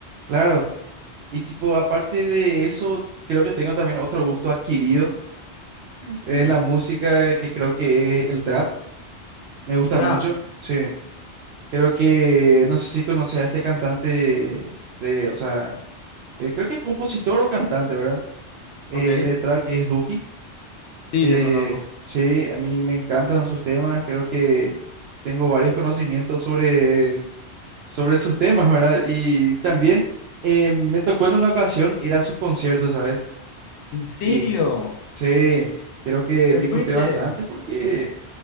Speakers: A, on the right; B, on the left.
A: Claro. Y tipo, aparte de eso, creo que tengo también otro gusto adquirido en
B: Sí,
A: la música que creo que es el trap. Me gusta
B: el trap,
A: mucho. Sí. Creo que, no sé si conoces a este cantante de, o sea, eh, creo que es compositor o cantante, ¿verdad? Eh,
B: ok.
A: de trap que es Duki.
B: Sí,
A: Eh,
B: lo conozco.
A: sí, a mí me encantan sus temas, creo que tengo varios conocimientos sobre, sobre sus temas, ¿verdad? Y también eh, me tocó en una ocasión ir a sus conciertos, ¿sabes?
B: ¿En serio?
A: Y s- sí, creo que
B: ¿Te
A: disfruté
B: fuiste?
A: bastante porque